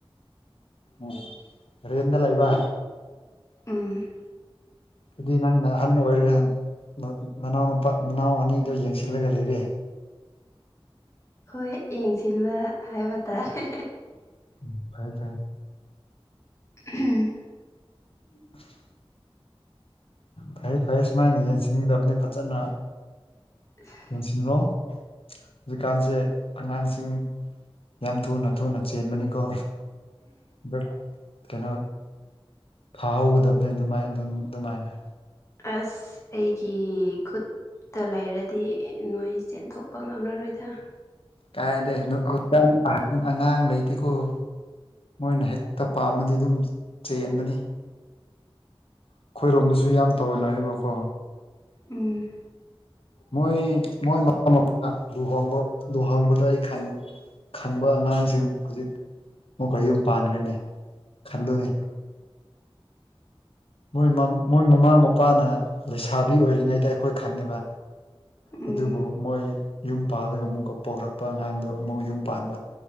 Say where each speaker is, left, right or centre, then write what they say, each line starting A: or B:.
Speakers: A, on the left (about 75°); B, on the left (about 30°).
A: ꯎꯝ ꯔꯦꯟꯗ ꯂꯩꯕ꯫
B: ꯎꯝ꯫
A: ꯑꯗꯨ ꯅꯪꯅ ꯑꯍꯜ ꯑꯣꯏꯔꯒ ꯅꯅꯥꯎ ꯅꯨꯄꯥ ꯅꯅꯥꯎ ꯑꯅꯤꯗꯣ ꯌꯦꯡꯁꯤꯜꯂꯒ ꯂꯩꯔꯦ꯫
B: ꯍꯣꯏ ꯌꯦꯡꯁꯤꯟꯕ ꯍꯥꯏꯕ ꯇꯥꯔꯦ
A: ꯎꯝ ꯐꯔꯦ ꯐꯔꯦ
B: ꯎꯝ꯫
A: <unintelligible> ꯐꯩ ꯐꯩ ꯁꯨꯃꯥꯏꯅ ꯌꯦꯡꯁꯤꯟꯒꯗꯕꯅꯤ ꯐꯖꯅ
B: <unintelligible>
A: ꯌꯦꯡꯁꯤꯜꯂꯣ ꯍꯧꯖꯤꯛꯀꯥꯟꯁꯦ ꯑꯉꯥꯡꯁꯤꯡ ꯌꯥꯝ ꯊꯨꯅ ꯊꯨꯅ ꯆꯦꯟꯕꯅꯤꯀꯣ ꯗ ꯀꯩꯅꯣ ꯐꯥꯍꯧꯒꯗꯕꯅꯦ ꯑꯗꯨꯃꯥꯏ ꯑꯗꯨꯃꯥꯏꯅ
B: ꯑꯁ ꯑꯩꯒꯤ ꯈꯨꯠ ꯇ ꯂꯩꯔꯗꯤ ꯅꯣꯏ ꯆꯦꯟꯊꯣꯛꯄ ꯉꯝꯂꯔꯣꯏꯗ
A: ꯀꯥꯏꯗꯩ ꯍꯧꯖꯤꯛꯀꯥꯟ ꯑꯍꯟ ꯑꯉꯥꯡ ꯂꯩꯇꯦꯀꯣ꯫ ꯃꯣꯏꯅ ꯍꯦꯛꯇ ꯄꯥꯝꯃꯗꯤ ꯑꯗꯨꯝ ꯆꯦꯟꯕꯅꯤ꯫ ꯑꯩꯈꯣꯏꯔꯣꯝꯗꯁꯨ ꯌꯥꯝ ꯇꯧꯅꯩꯕꯀꯣ꯫
B: ꯎꯝ
A: ꯃꯣꯏ ꯃꯣꯏ ꯃꯄꯥ ꯃꯄꯥ ꯂꯨꯍꯣꯡꯕ ꯂꯨꯍꯣꯡꯕꯗꯣ ꯑꯩ ꯈꯪꯉꯦ꯫ ꯈꯟꯕ ꯑꯉꯥꯡꯁꯤꯡ ꯍꯧꯖꯤꯛ ꯃꯨꯛꯀ ꯌꯨꯝ ꯄꯥꯟꯈ꯭ꯔꯅꯤ ꯈꯟꯂꯨꯅꯤ꯫ ꯣꯏ ꯃꯣꯏ ꯃꯃꯥ ꯃꯄꯥꯅ ꯂꯩꯁꯥꯕꯤ ꯑꯣꯏꯔꯤꯉꯩꯗ ꯑꯩꯈꯣꯏ ꯈꯪꯉꯦꯕ
B: ꯎꯝ
A: ꯑꯗꯨꯕꯨ ꯃꯣꯏ ꯌꯨꯝ ꯄꯥꯜꯂꯒ ꯑꯃꯨꯛꯀ ꯄꯣꯛꯈꯂꯛꯄ ꯑꯉꯥꯡꯗꯨꯣ ꯑꯃꯨꯛ ꯌꯨꯝ ꯄꯥꯟꯕ